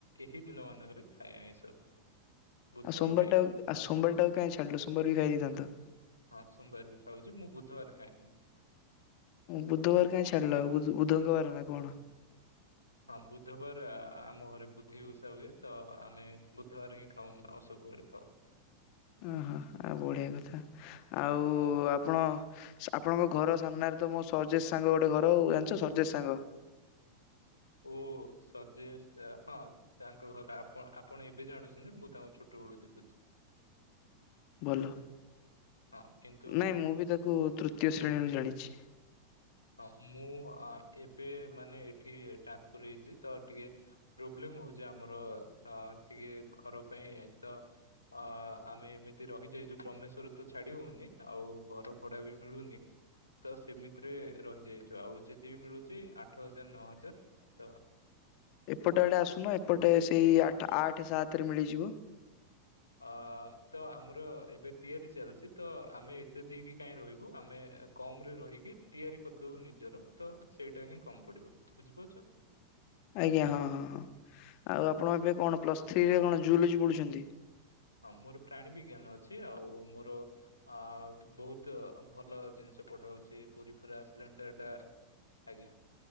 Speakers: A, on the left; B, on the left.
A: ଏହି ଦିନମାନଙ୍କରେ ଖାଏ ଆଇଁଷ। ବୁଧବାର
B: ଆଉ ସୋମବଟା
A: ଖାଏନି।
B: ଆ ସୋବାରଟାକୁ କାହିଁ ଛାଡିଲୁ ସୋମବାର ବି ଖାଇ ଦେଇଥାନ୍ତତ।
A: ହଁ ସୋମବାର ବି ଖାଉଛି ମୁଁ ବୁଧବାର ଖାଇଏନି।
B: ବୁଧବାର କାଇଁ ଛାଡିଲ ବୁଧଙ୍ଗବାର ନା କଣ।
A: ହଁ ବୁଧବାର ଆମ ଘରେ ବୁଧେଇ ଓଷା ହୁଏ ତ ଆମେ ବୁଧବାର ହିଁ ଖାଉନୁ ଆଉ ସବୁବେଳେ ଖାଉ।
B: ଓହୋ ଆଉ ବଢିଆ କଥା ଆଉ।
A: ହଁ
B: ଆପଣ ଆପଣଙ୍କ ଘର ସାମ୍ନାରେ ତ ମୋ ସର୍ଜେଶ ସାଙ୍ଗ ଗୋଟେ ଘର ହଉ ଜାଣିଛ ସର୍ଜେଶ ସାଙ୍ଗ।
A: ଓ ସର୍ଜେଶ ହଁ। ତାଙ୍କ ଘର ଆପଣ ଆପଣ ଏବେ ଜାଣୁଛନ୍ତି ମୁଁ ତାଙ୍କୁ ଛୋଟ ବେଳୁ ଦେଖୁଛି।
B: ଭଲ
A: ହଁ କିନ୍ତୁ
B: ନାଇଁ ମୁଁ ବି ତାକୁ ତୃତ। ତୃତୀୟ ଶ୍ରେଣୀରୁ ଜାଣିଛି।
A: ହଁ ମୁଁ ଏବେ ମାନେ ଏଠି ଟ୍ରାନ୍ସଫର୍ ହେଇଛି ତ ଟିକେ। ପ୍ରୋବ୍ଲେମ ହଉଛି ଆମର ଟିକେ ଘର ପାଇଁ ତ। ଅ ଆମେ ଏମିତି ରହିଯାଇଛୁ ବ୍ରହ୍ମେଶ୍ୱର ତ ଛାଡି ହଉନି ଆଉ ଘର ଭଡା ବି ମିଳୁନି। ତ ସେମିତିରେ ରହିଯାଇଛୁ ଆଉ ଯଦି ବି ମିଳୁଛି ଆଠ ହଜାର ନଅ ହଜାର ତ।
B: ଏପଟେ
A: ହଁ
B: ଆଡ଼େ ଆସୁନ ଏପଟେ ସେଇ ଆଠ ସାତରେ ମିଳିଯିବ।
A: ଅ ତ ଆମର ଏବେ ତିଆରି ଚାଲିଛି ତ ଆମେ ଏତେ ଦେଇକି କାଇଁ ରହିବୁ ଆମେ। କମ ରେ ରହିକି ତିଆରି କରିଦବୁ ନିଜର ତ ସେଇଟା ହିଁ କମ ପଡିବ ବୁଝିପାରୁଛ।
B: ଆଜ୍ଞା ହଁ ହଁ ହଁ ଆଉ ଆପଣ
A: ହଁ।
B: ଏବେ କଣ ପ୍ଲସ୍ ଥ୍ରୀରେ କଣ ଜୁଲୋଜି ପଢୁଛନ୍ତି।
A: ହଁ ମୋର ପ୍ରାଣୀ ବିଜ୍ଞାନ ଅଛି ଆଉ ମୋର। ଆ ବହୁତ ଭଲ ଜିନିଷ ପଢାହଉଛି ପୁରୀ ଫରା ସିଲଣଟର ଟା ଆଜ୍ଞା।